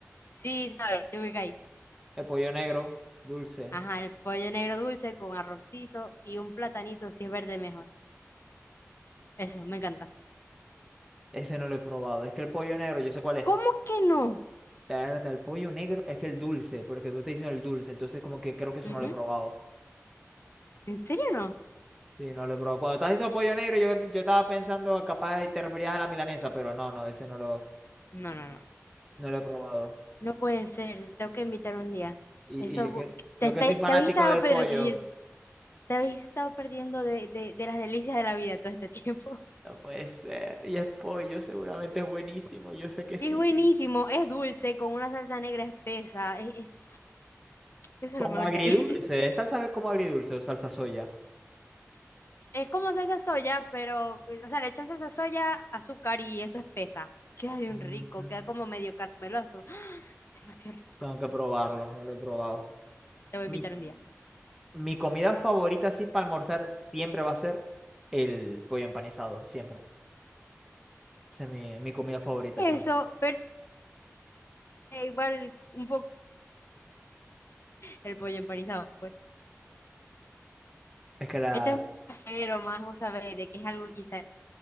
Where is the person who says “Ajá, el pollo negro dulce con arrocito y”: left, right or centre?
Left